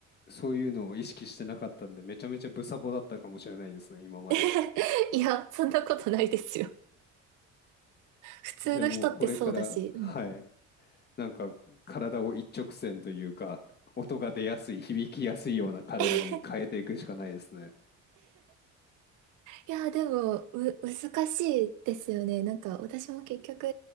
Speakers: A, on the left (about 35°); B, on the right (about 80°).
A: そういうのを意識してなかったんで、めちゃめちゃブサボだったかもしれないですね、今まで。
B: <laughs> いや、そんなことないですよ。普通の人ってそうだし。
A: じゃあもうこれから、はい、
B: うん
A: なんか体を一直線というか、音が出やすい、響きやすいような体に変えていくしかないですね。
B: <laughs> いや、でも、む、難しいですよね。なんか、私も結局、